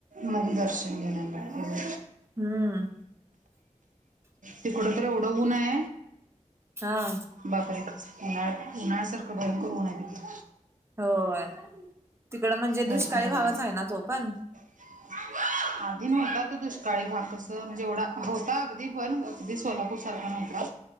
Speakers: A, on the right; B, on the right.
A: मुख दर्शन घेयला लागतंय.
B: हम्म
A: तिकडं तरी एवढं ऊन अय
B: हा.
A: बापरे उन्हात उन्हाल्यासारखं भयंकर ऊन आहे तिकडे.
B: होय तिकडं म्हणजे
A: भरपूर
B: दुष्काळी भागच
A: ऊन
B: आहे ना तो पण?
A: <inaudible> आधी नव्हता तो दुष्काळी भाग कसं म्हणजे एवढा होता अगदी पण अगदी सोलापूर सारखा नव्हता.